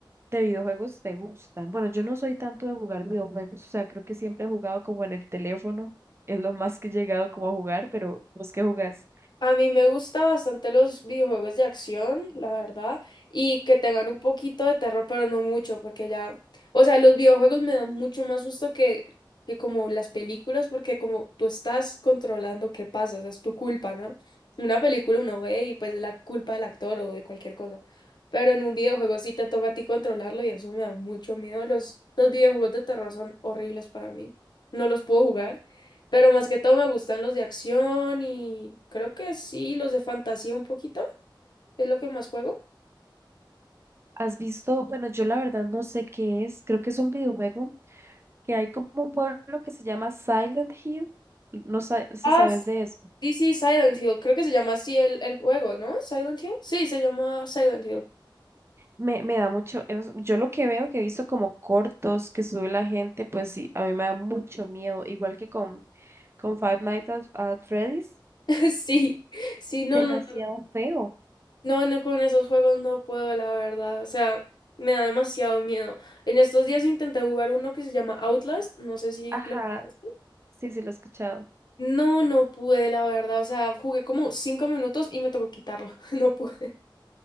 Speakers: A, on the right; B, on the left.
A: de videojuegos te gustan? Bueno, yo no soy tanto de jugar videojuegos, o sea, creo que siempre he jugado como en el teléfono, es lo más que he llegado como a jugar, pero ¿vos qué jugás?
B: A mí me gusta bastante los videojuegos de acción, la verdad, y que tengan un poquito de terror, pero no mucho, porque ya, o sea, los videojuegos me dan mucho más susto que, que como las películas, porque como tú estás controlando qué pasa, o sea, es tu culpa, ¿no? Una película uno ve y pues es la culpa del actor o de cualquier cosa, pero en un videojuego sí te toca a ti controlarlo y eso me da mucho miedo. Los, los videojuegos de terror son horribles para mí, no los puedo jugar. Pero más que todo me gustan los de acción y creo que sí, los de fantasía un poquito. Es lo que más juego.
A: ¿Has visto? Bueno, yo la verdad no sé qué es, creo que es un videojuego que hay como un pueblo que se llama Silent Hill, no sé si
B: Ah,
A: sabes
B: s-
A: de eso.
B: sí, sí, Silent Hill. Creo que se llama así el, el juego, ¿no? Silent Hill. Sí, se llama Silent Hill.
A: Me, me da mucho, es- yo lo que veo que he visto como cortos que sube la gente, pues sí, a mí me da mucho miedo, igual que con, con Five Nights at, at Freddy's,
B: <laughs> Sí, sí, no,
A: demasiado
B: no, no,
A: feo.
B: no, no, con esos juegos no puedo, la verdad. O sea, me da demasiado miedo. En estos días intenté jugar uno que se llama Outlast. No sé si
A: Ajá,
B: lo conoces.
A: sí, sí lo he escuchado.
B: No, no pude, la verdad. O sea, jugué como cinco minutos y me tocó quitarlo. <laughs> No pude.